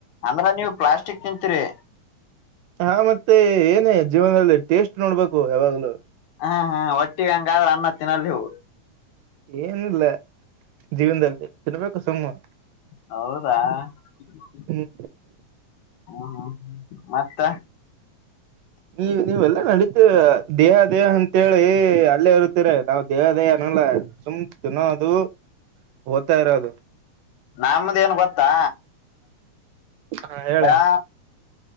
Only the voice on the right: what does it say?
ಹಾ ಮತ್ತೆ ಏನೇ ಜೀವನದಲ್ಲಿ ಟೇಸ್ಟ್ ನೋಡ್ಬೇಕು ಯಾವಾಗ್ಲು
ಏನಿಲ್ಲ ಜೀವನದಲ್ಲಿ ತಿನ್ಬೇಕು ಸುಮ್ಮ
ಹ್ಮ್
ನೀ ನೀವೆಲ್ಲಾ ನಡೀತೇ ದೇಹ ದೇಹ ಅಂತೇಳಿ ಅಲ್ಲೇ ಇರುತ್ತೀರ ನಾವ್ ದೇಹ ದೇಹ ಅನಲ್ಲ ಸುಮ್ಕ ತಿನ್ನೋದು ಹೋಗ್ತಾ ಇರೋದು
ಹ ಹೇಳಿ